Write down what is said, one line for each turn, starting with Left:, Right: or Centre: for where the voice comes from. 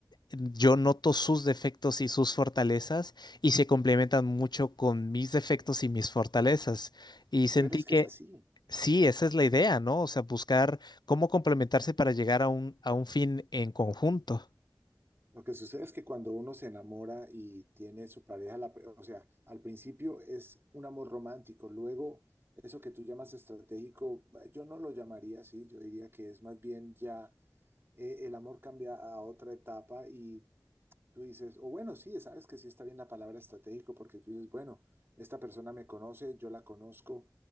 Left: yo noto sus defectos y sus fortalezas y se complementan mucho con mis defectos y mis fortalezas. Y sentí
Right: Pero es
Left: que
Right: que es así.
Left: sí, esa es la idea, ¿no? O sea, buscar cómo complementarse para llegar a un, a un fin en conjunto.
Right: Lo que sucede es que cuando uno se enamora y tiene su pareja, la pr- o sea, al principio es un amor romántico, luego eso que tú llamas estratégico, eh, yo no lo llamaría así, yo diría que es más bien ya eh, el amor cambia a otra etapa y tú dices, o bueno, sí, sabes que sí está bien la palabra estratégico porque tú dices, bueno, esta persona me conoce, yo la conozco,